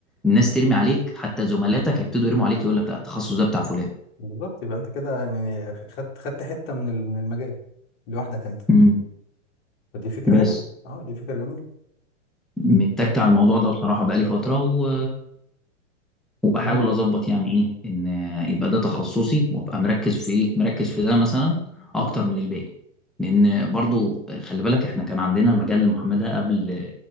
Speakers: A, in the centre; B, on the left.
A: الناس ترمي عليك حتى زملاتك هيبتدوا يرموا عليك يقول لك لا التخصص ده بتاع فلان
B: بالظبط يبقى انت كده يعني خدت خدت حتة من ال- من المجال لوحدك انت
A: امم
B: فدي فكرة
A: بس
B: حلوة اه دي فكرة جميلة
A: متك
B: ك...
A: على الموضوع ده بصراحة بقالي فترة و... وبحاول
B: مو-
A: أظبط يعني إيه إن يبقى ده تخصصي وأبقى مركز في إيه مركز في ده مثلا أكتر
B: اه
A: من الباقي لأن برضو خلي بالك إحنا كان عندنا مجال المحاماة ده قبل